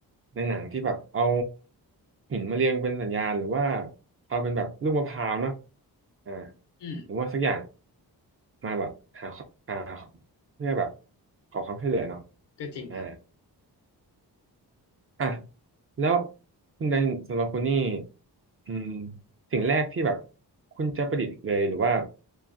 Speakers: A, on the right; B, on the left.
A: ในหนังที่แบบเอาหินมาเรียงเป็นสัญญาณหรือว่าเอาเป็นแบบลูกมะพร้าวเนาะอ่า
B: อืม
A: หรือว่าสักอย่างมาแบบหาอ่าเพื่อแบบขอความช่วยเหลือเนาะ
B: ก็จริงนะครับ
A: อ่า อ่ะแล้วคุณแดนสำหรับคุณนี่อืมสิ่งแรกที่แบบคุณจะประดิษฐ์เลยหรือว่า